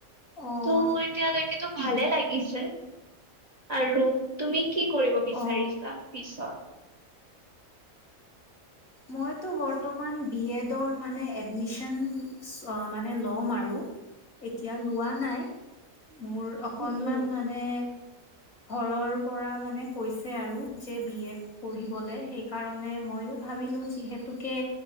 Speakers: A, on the left (about 80°); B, on the right (about 30°).
A: অ'
B: ত' এতিয়ালৈকেতো ভালে লাগিছে। আৰু তুমি কি কৰিব বিচাৰিছা
A: অ'
B: পিছত?
A: মইতো বৰ্তমান বি এডৰ মানে এডমিচন অ মানে ল'ম আৰু। এতিয়া লোৱা নাই, মোৰ অকনমান
B: উম উম
A: মানে ঘৰৰ পৰা মানে কৈছে আৰু যে বি এড পঢ়িবলে সেইকাৰণে ময়ো ভাবিলো যিহেতুকে